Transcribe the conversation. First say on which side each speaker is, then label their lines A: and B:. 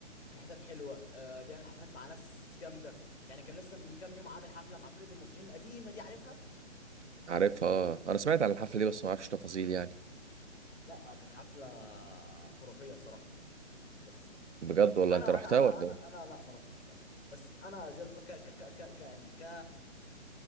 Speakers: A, on the left; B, on the right.
A: في حتت حلوه آه بيعمل حفلات مع ناس جامده يعني كان لسه من كام يوم عامل حفله مع فرقه المصريين القديمه دي عارفها
B: عارفها آه. انا سمعت عن الحفله دي بس ما اعرفش تفاصيل يعني
A: لا كانت حفله خرافيه بصراحه بس
B: بجد
A: لكن
B: والله
A: انا
B: انت رحتها
A: انا انا
B: ولا
A: انا
B: ايه؟
A: انا لا ما رحتش للاسف بس انا زياد ك ك ك ك ك- يعني ك